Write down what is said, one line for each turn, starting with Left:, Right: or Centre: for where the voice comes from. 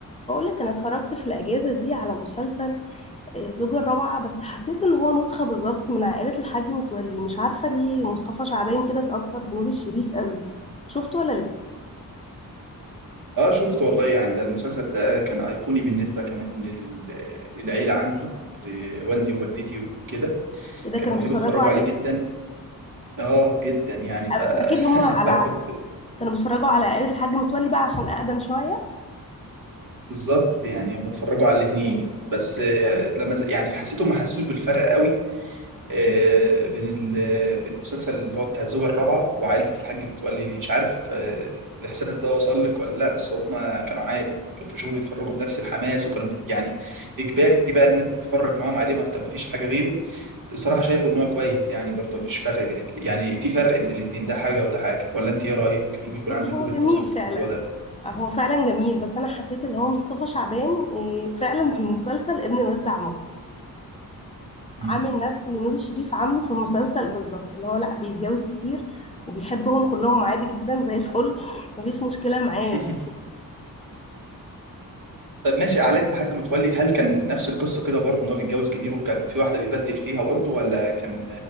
Left: بقول لك انا اتفرجت في الاجازه دي على مسلسل آه، زوجة الرابعه بس حسيت ان هو نسخه بالظبط من عائله الحاج متولي مش عارفه ليه مصطفى شعبان كده اتاثر بنور الشريف قوي شفته ولا لسه
Right: اه شفت والله يعني ده المسلسل ده كان ايقوني بالنسبه كمان لل... للعيله عندي لوالدي ووالدتي وكده
Left: ايه ده
Right: كانوا
Left: كانوا
Right: بيحبوا
Left: بيتفرجوا
Right: يتفرجوا
Left: عليه
Right: عليه جدا اه جدا يعني ف...
Left: آه، بس اكيد
Right: <laughs>
Left: هم على
Right: فانا كنت
Left: كانوا بيتفرجوا على عائله الحاج متولي بقى عشان اقدم شويه
Right: بالظبط يعني هم اتفرجوا على الاثنين بس آه، لما ز- يعني حسيتهم ما حسوش بالفرق قوي آه، بين ال- بين المسلسل اللي هو بتاع الزوجة الرابعة وعائلة الحاج متولي مش عارف آه، الإحساس ده وصل لك ولا لأ بس هم كانوا عادي كنت بشوفهم بيتفرجوا بنفس الحماس وكانوا يعني إجباري بقى إن أنت تتفرج معاهم عليه ما أنت مفيش حاجة غيره بس بصراحة شايفه إن هو كويس يعني برضه مفيش فرق بين ال- يعني في فرق بين الاتنين ده حاجة وده حاجة ولا أنت إيه رأيك؟ ممكن يكون
Left: بس
Right: عندك
Left: هو
Right: وجهة
Left: جميل
Right: نظر في
Left: فعلا
Right: الموضوع ده.
Left: آه، هو فعلا جميل بس انا حسيت اللي هو مصطفى شعبان آه، فعلا في المسلسل ابن الوزع
Right: مم.
Left: عامل نفس اللي نور الشريف عامله في المسلسل بالظبط اللي هو لا بيتجوز كتير وبيحبهم كلهم عادي جدا زي الفل <laughs> مفيش مشكلة معاه
Right: <laughs>
Left: يعني
Right: طب ماشي عائلة الحاج متولي هل كان نفس القصة كده برضه إن هو بيتجوز كتير وكان في واحدة بيبدل فيها برضه ولا كان